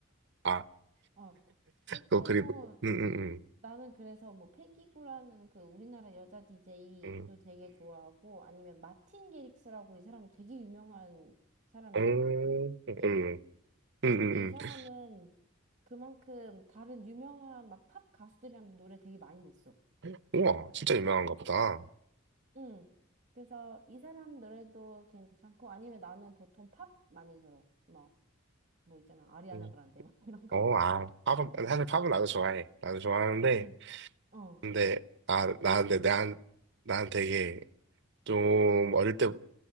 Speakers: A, on the right; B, on the right.
A: 아,
B: 어. 어. 테크노
A: 그거 그리고 응응응
B: 나는 그래서 뭐 패기구라는 그 우리나라 여자 DJ도
A: 응응응
B: 되게 좋아하고 아니면 마틴 게릭스라고 이 사람 되게 유명한 사람이거든?
A: 응응응
B: DJ?
A: 응 응 응, 어, 응, 응,
B: 근데 이 사람은
A: 응,
B: 그만큼 다른 유명한 막 팝 가수들이랑도 노래 되게 많이 냈어.
A: 응. 우와 진짜 유명한가 보다.
B: 응. 그래서 이 사람 노래도 괜찮고 아니면 나는 보통 팝 많이 들어. 막 뭐 있잖아. 아리아나
A: 음.
B: 그란데 막 <laughs> 이런 거.
A: 어, 아, 팝은 사실 팝은 나도 좋아해. 나도 좋아하는데
B: 응. 어.
A: 근데 아 나한테 난, 난 되게 좀 어릴 때부터